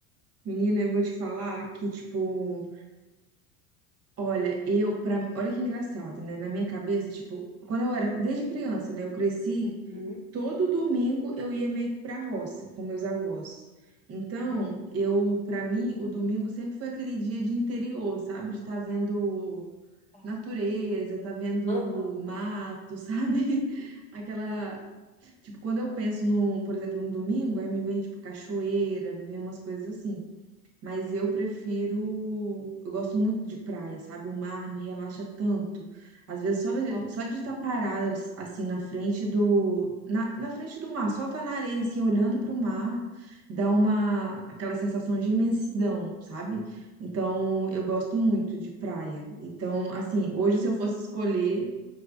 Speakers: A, on the right (about 35°); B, on the left (about 15°).
A: Menina, eu vou te falar que, tipo, olha, eu, pra, olha que engraçado, né? Na minha cabeça, tipo, quando eu era, desde criança, né? Eu cresci
B: Uhum.
A: todo domingo eu ia meio que para roça com meus avós. Então,
B: Hum,
A: eu, para mim, o domingo sempre foi aquele dia de interior, sabe? De estar vendo
B: tá.
A: natureza, tá vendo
B: Aham,
A: mato, sabe? <laughs> Aquela,
B: sim.
A: tipo, quando eu penso no, por exemplo, no domingo, aí me vem tipo cachoeira, me vem umas coisas assim. Mas eu prefiro. Eu gosto muito de praia, sabe? O mar me relaxa tanto. Às vezes, só de,
B: Ou-
A: só de estar parada assim na frente do. Na, na frente
B: ou-
A: do mar, só estar na areia, assim, olhando para o mar, dá uma. aquela sensação de imensidão, sabe? Então, eu gosto muito de praia. Então, assim, hoje, se eu fosse escolher,